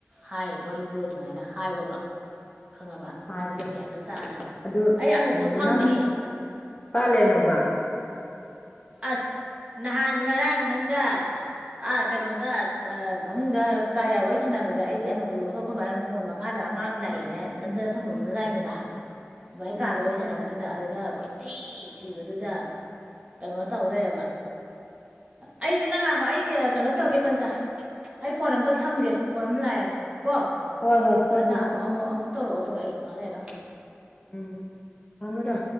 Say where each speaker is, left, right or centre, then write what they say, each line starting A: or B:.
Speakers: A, on the right; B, on the left.
A: ꯍꯥꯏ ꯋꯥꯔꯤꯗꯣ ꯑꯗꯨꯃꯥꯏꯅ ꯍꯥꯏꯔꯣꯕ ꯈꯪꯉꯕ
B: ꯍꯥꯏꯒꯦ
A: ꯒ꯭ꯌꯥꯟꯗꯣ ꯇꯥꯅ
B: ꯑꯗꯨ
A: ꯑꯩ ꯑꯅꯣꯞꯇꯣ
B: ꯎꯝ
A: ꯐꯪꯉꯦ
B: ꯅꯪ ꯀꯥꯏ ꯂꯩꯔꯝꯃꯣꯕ
A: ꯑꯁ ꯅꯍꯥꯟ ꯉꯔꯥꯡ ꯅꯪꯒ ꯀꯩꯅꯣꯗ ꯐꯃꯨꯡꯗ ꯀꯥꯔꯤꯌꯥ ꯋꯥꯔꯤ ꯁꯥꯟꯅꯕꯗ ꯑꯩꯗꯤ ꯑꯅꯣꯇꯣ ꯂꯧꯊꯣꯛꯈꯕ ꯃꯣꯟ ꯃꯈꯥꯗ ꯑꯉꯥꯡ ꯂꯥꯛꯑꯦꯅ ꯑ ꯅꯝꯖꯗ ꯊꯝꯃꯝꯕ ꯆꯥꯏꯗꯅ ꯥꯏ ꯀꯥꯗꯕꯩ
B: ꯎꯝ
A: ꯁꯅꯅꯕꯕ ꯗ ꯑꯗꯨꯗ ꯀꯣꯏꯊꯤ ꯊꯤꯕꯗꯨꯗ ꯀꯩꯅꯣ ꯇꯧ ꯂꯩꯔꯕ ꯑꯩꯩꯅ ꯅꯪ ꯉꯥꯏꯈꯣ ꯑꯩ ꯀꯩꯅꯣ ꯇꯧꯒꯦ ꯄꯟꯆꯥ ꯑꯩ ꯐꯣꯟ ꯑꯝꯇ ꯊꯝꯒꯦ ꯐꯣꯟ ꯂꯥꯛꯑꯦ ꯀꯣ
B: ꯍꯣꯏ ꯍꯣꯏ ꯍꯣꯏ
A: ꯑꯗꯨ
B: ꯍꯣꯏ
A: ꯑꯃꯨ
B: ꯍꯣꯏ
A: ꯑꯃ ꯇꯧꯔꯛꯑꯣ ꯑꯗꯨꯒ ꯑꯩ ꯈꯥꯜꯂꯦꯑꯒ
B: ꯎꯝ ꯊꯃꯗꯣ